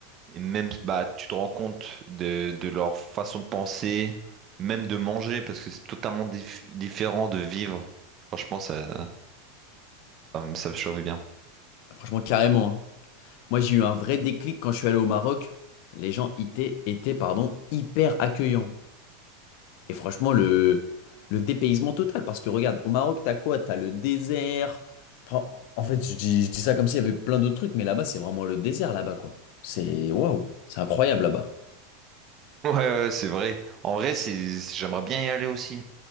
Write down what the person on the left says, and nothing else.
Franchement, carrément, hein. Moi, j'ai eu un vrai déclic quand je suis allé au Maroc. Les gens étaient, étaient, pardon, hyper accueillants. Et franchement, le, le dépaysement total, parce que regarde, au Maroc, t'as quoi? T'as le désert. Enfin, en fait, je dis, je dis ça comme s'il y avait plein d'autres trucs, mais là-bas, c'est vraiment le désert, là-bas, quoi. C'est waouh, c'est incroyable là-bas.